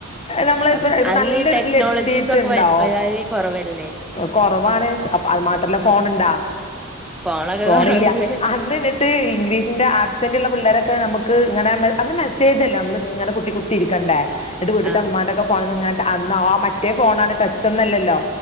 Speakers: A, on the left; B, in the centre.
A: നമ്മളിപ്പം
B: ആഹ്
A: ഇപ്പ
B: അന്ന്
A: നല്ലൊരിതില്
B: ഈ ടെക്നോളജീസ്
A: എത്തിട്ടൊണ്ടാവും.
B: ഒക്കെ വ- വളരെ കൊറവല്ലേ
A: കൊറവാണ് അപ്പ അത് മാത്രല്ല
B: ഉം
A: ഫോണിണ്ടാ
B: ഫോണൊക്കെ
A: ഫോണില്ലൃ
B: കൊറവല്ലേ
A: അന്ന് നെ റ്റ് ഇംഗ്ലീഷിന്റെ ആബ്സെന്റൊള്ള പിള്ളേരൊക്കെ നമുക്ക് ഇങ്ങനെ മെ അന്ന് മെസ്സേജല്ലാ നമ്മളിങ്ങനെ കുത്തികു ത്തിരിക്കണ്ടേ എന്നിട്ട് വീട്ടിത്തെ
B: ആഹ്
A: ഇമ്മാന്റൊക്കെ ഫോണിന്ന് ഇങ്ങോട്ട് അന്നോ മറ്റേ ഫോണാണ് ടച്ചൊന്നല്ലല്ലോ